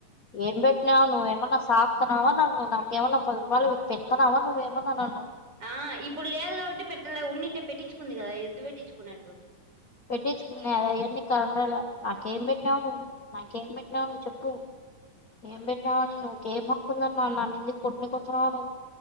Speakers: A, on the left; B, on the right.
A: ఏం పెట్టి నవవు నువ్ ఏమన్నా సాప్తానవ నన్న్ నాకేమన్ననా పద వాళ్ళ పెాను అవ నువ్వ ఏమన్నా
B: ఆ ఇప్పుడు లేదు కాబట్టి పెట్ట ఉండింటే పెట్టించుకుంది కదా దదు పెట్టించుకున్నట్టు
A: పెట్టించుకున్నాదా ఎవన్ని కారణాల నాకేం పెట్టి ావు నువ్ నాకేం పెట్టినావు నువ్వు చెప్పు ఏం పెట్నావని నువ్కేం హక్కుందని నా మందు కొట్టినికచ్చన్నావ ను